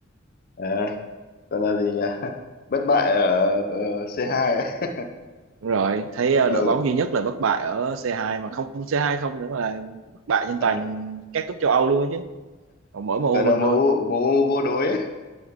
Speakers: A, on the left; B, on the right.
A: à, gọi là gì nhỉ <laughs> bất bại ở ờ, C2 ấy. <laughs>
B: Đúng rồi, thấy
A: ừ,
B: ờ, đội bóng duy nhất là bất bại ở C2 mà không C2 không nữa mà là bất bại trên
A: ờ,
B: toàn các cúp châu Âu luôn á chứ. Còn mỗi MU
A: gọi là
B: mình
A: mẫu
B: thôi.
A: mẫu vô đối ấy.